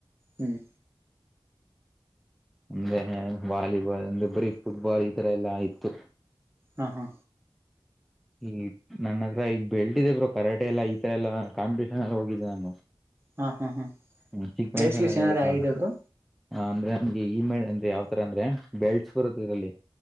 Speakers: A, on the right (about 25°); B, in the centre.
A: ಹ್ಮ್
B: ಅಂದೆ ವಾಲಿಬಾಲ್ ಅಂದ್ರೆ ಬ್ರೀ ಫುಟ್ಬಾಲ್ ಈ ತರ ಎಲ್ಲಾ ಆಯ್ತು
A: ಹಾಹಾ
B: ಈ ನನ್ನತ್ರ ಈಗ ಬೆಳಟಿದೆೇ ಬರು ಕರಾಟೆ ಎಲ್ಲಾ ಈತರ ಎಲ್ಲಾ ಕಾಂಪಿಟೇಷನ್ ಎಲ್ಲ ಹೋಗಿದ್ದೆ ನಾನು
A: ಹಾ ಹಾ ಹಾ
B: ಹ್ಮ್ ಚಿಕ್ಕ
A: ಪ್ಲೇಸ್
B: ವಯಸ್ಸಲ್ಲ
A: ಗೀಸ್
B: ಎಲ್ಲ
A: ಏನಾರ
B: ಹೋಗ್ತಾವ
A: ಆಗಿದೆ ಬ್ರೋ
B: ಹ ಅಂದ್ರೆ ನಮ್ಗೆ ಈ ಮೇ ಅಂದ್ರೆ ಯಾವ್ತರ ಅಂದ್ರೆ ಬೆಳ್ಸ್ ಬರುತ್ತ ಇದರಲ್ಲಿ